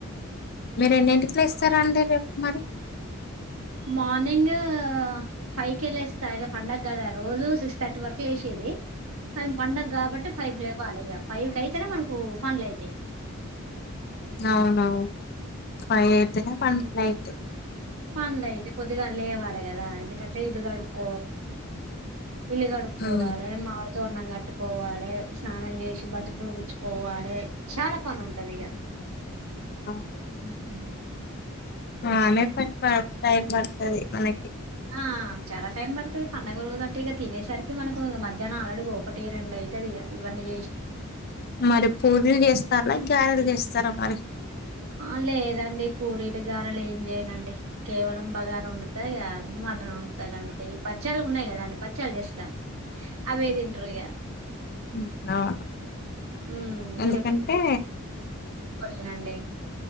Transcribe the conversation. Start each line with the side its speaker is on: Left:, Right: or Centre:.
Left: మీర ఎన్నింటి ట్ ఇస్తారా అండి రేపు మరి
Right: మార్నింగ్ ఫైవ్ కెళ్ళస్తా పండగ కదా రోజు సిక్స్ థర్టీ వరకు లేసేది కానీ పండగ కాబట్టి ఫైవ్ లేవాలి ఫైవ్ క అయితే అనే మనకు పనులు అయితాయి
Left: అవునవును ఫైవతు పన్నెయితు
Right: పన్లయితే కొద్దిగా లేవాలే గదా ఎందుకంట్ టె ఇల్లుగడుగ్ ఇల్లు కడుక్కోవాలి
Left: ఉమ్.
Right: మామిడి తోర్నం గట్టుకోవాలే స్నానం చేసి బంతిపులు గుచ్చుకోవాలే చాలా పని ఉంటందిఇగ.
Left: అవును
Right: హ్మ్
Left: ఆ లేకపోతె టైం పడుతది మనకి
Right: ఆ చాలా టైం పడుతది పండుగ రోజు అంటే ఇగ తినేసరికి మనకు మధ్యాహ్నం ఆల్రెడీ ఒకటి రెండయితదిగ ఇవన్నీ చేస్
Left: మరి పూరీలు చేస్తలాా గ్యారెలు చేస్ స్తర మరి
Right: ఆ లేదండి పూరీలు గారెలు ఏం చేయనండి. కేవలం బగారొండుతా ఇగ మటన్ వండుతా గంతే బచ్చాలు ఉన్నాయి కదండి బచ్చాలు జేస్తా అవే తింట్రరు ఇక
Left: ఉమ్ అవును
Right: ఉమ్
Left: ఎందుకంటే
Right: తినండి